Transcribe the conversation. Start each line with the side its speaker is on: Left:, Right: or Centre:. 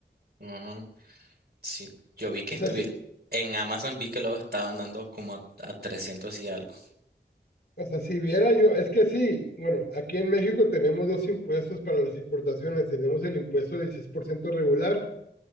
Right: Ah, sí, yo vi que
Left: O
Right: estuve
Left: sea, sí,
Right: en Amazon, vi que lo estaban dando como a 300 y algo.
Left: o sea, si viera yo, es que sí, bueno, aquí en México tenemos dos impuestos para las importaciones. Tenemos el impuesto del dieciséis por ciento regular